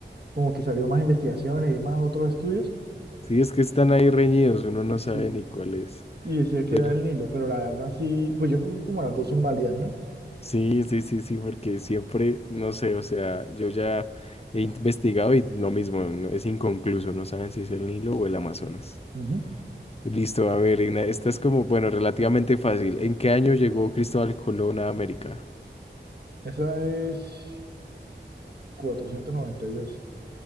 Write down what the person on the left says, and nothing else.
Sí, es que están ahí reñidos, uno no
sabe ni cuál es.
Pero
sí, sí, sí, sí, porque siempre, no sé, o sea, yo ya he investigado y lo mismo, no- es inconcluso, no saben si es el Nilo o el Amazonas.
Listo, a ver, Igna- esta es como, bueno, relativamente fácil. ¿En qué año llegó Cristóbal Colón a América?